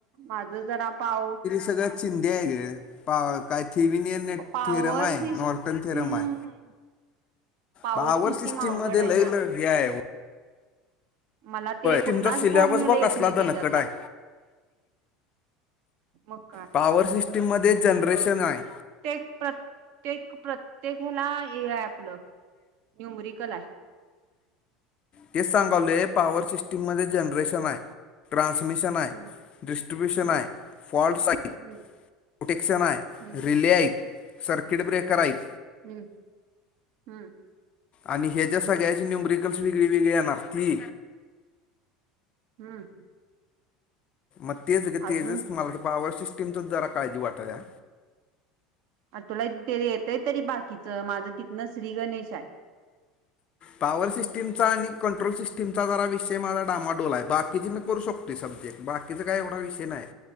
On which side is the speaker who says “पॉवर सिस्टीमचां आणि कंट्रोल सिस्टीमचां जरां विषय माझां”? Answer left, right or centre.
Left